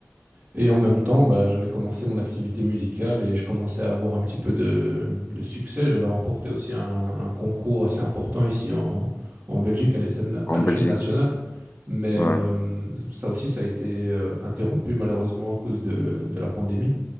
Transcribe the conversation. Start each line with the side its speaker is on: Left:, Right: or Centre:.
Right: Et en même temps, bah, j'avais commencé mon activité musicale et je commençais à avoir un petit peu de, de succès. J'avais remporté aussi un, un concours assez important ici en, en Belgique à l'échelle
Left: en
Right: à l'échelle
Left: Belgique.
Right: nationale. Mais euh,
Left: Ouais,
Right: ça aussi, ça a été euh, interrompu malheureusement à cause de, de la pandémie.